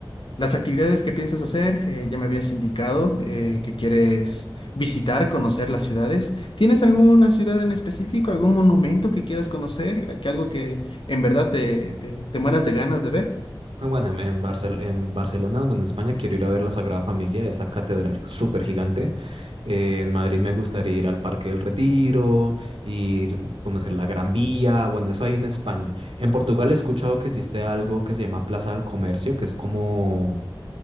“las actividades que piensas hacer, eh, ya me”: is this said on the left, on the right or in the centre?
Left